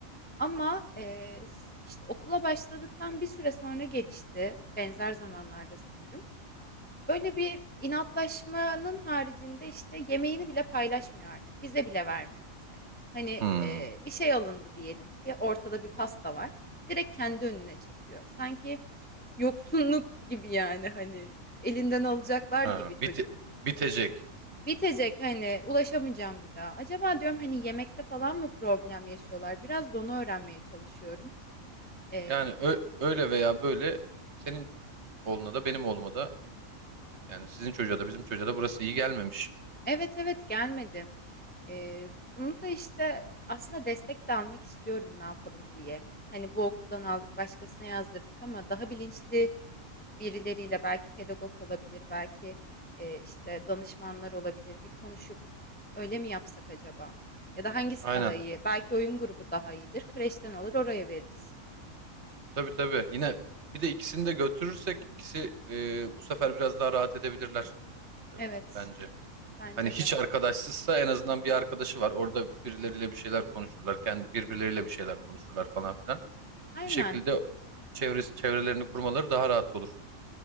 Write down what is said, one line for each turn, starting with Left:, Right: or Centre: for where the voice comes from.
Left: Ama e, s- işte okula başladıktan bir süre sonra gelişti. Benzer zamanlarda sanırım. Böyle bir inatlaşmanın haricinde işte yemeğini bile paylaşmıyor artık. Bize bile vermiyor mesela. Hani
Right: Hmm.
Left: e, bir şey alındı diyelim ki ortada bir pasta var. Direkt kendi önüne çekiyor. Sanki yoksunluk gibi yani hani elinden alacaklar
Right: Ha,
Left: gibi çocuk.
Right: bite- bitecek.
Left: Bitecek hani ulaşamayacağım bir daha. Acaba diyorum hani yemekte falan mı problem yaşıyorlar? Biraz da onu öğrenmeye çalışıyorum. E,
Right: Yani ö- öyle veya böyle senin oğluna da benim oğluma da yani sizin çocuğa da bizim çocuğa da burası iyi gelmemiş.
Left: Evet, evet gelmedi. Eee, bunu da, işte, aslında destek de almak istiyorum ne yapalım diye. Hani, bu okuldan aldık, başkasına yazdırdık ama daha bilinçli birileriyle belki pedagog olabilir, belki, eee, işte, danışmanlar olabilir. Bir konuşup öyle mi yapsak acaba? Ya da hangisi
Right: Aynen.
Left: daha iyi? Belki oyun grubu daha iyidir. Kreşten alır, oraya veririz.
Right: Tabii tabii. Yine bir de ikisini de götürürsek ikisi e, bu sefer biraz daha rahat edebilirler e,
Left: Evet,
Right: bence.
Left: bence
Right: Hani hiç
Left: de.
Right: arkadaşsızsa en azından bir arkadaşı var. Orada birileriyle bir şeyler konuşurlar. Kendi birbirleriyle bir şeyler konuşurlar falan filan.
Left: Aynen.
Right: Bir şekilde çevresi, çevrelerini kurmaları daha rahat olur.